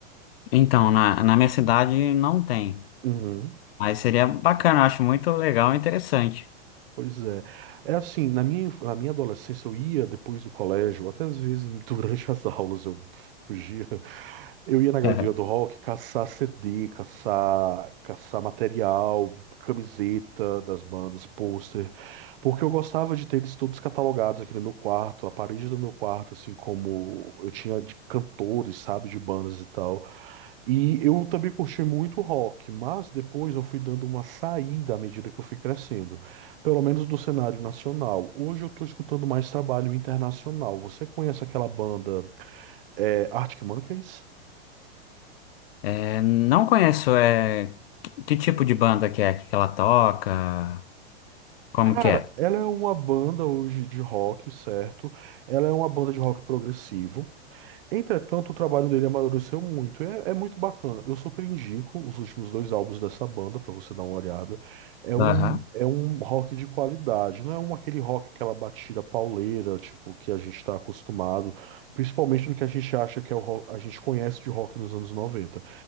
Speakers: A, on the left; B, on the right.
A: Então, na, na minha cidade não tem,
B: Uhum.
A: mas seria bacana, eu acho muito legal e interessante.
B: Pois é. É assim, na minha, inf- na minha adolescência eu ia depois do colégio, até às vezes <laughs> durante as aulas eu fugia. Eu ia na galeria
A: <laughs>
B: do rock caçar CD, caçar, caçar material, camiseta das bandas, pôster, porque eu gostava de ter eles todos catalogados aqui no meu quarto, a parede do meu quarto, assim como eu tinha de cantores, sabe, de bandas e tal. E eu também curti muito rock, mas depois eu fui dando uma saída à medida que eu fui crescendo, pelo menos do cenário nacional. Hoje eu estou escutando mais trabalho internacional. Você conhece aquela banda é, Arctic Monkeys?
A: É, não conheço, é, que tipo de banda que é que ela toca, como
B: Cara,
A: que é?
B: ela é uma banda hoje de rock, certo? Ela é uma banda de rock progressivo. Entretanto, o trabalho dele amadureceu muito. É, é muito bacana. Eu super indico os últimos dois álbuns dessa banda para você dar uma olhada. É um,
A: Aham,
B: é um rock de qualidade, não é um aquele rock, aquela batida pauleira, tipo, que a gente está acostumado, principalmente no que a gente acha que é o rock, a gente conhece de rock nos anos 90.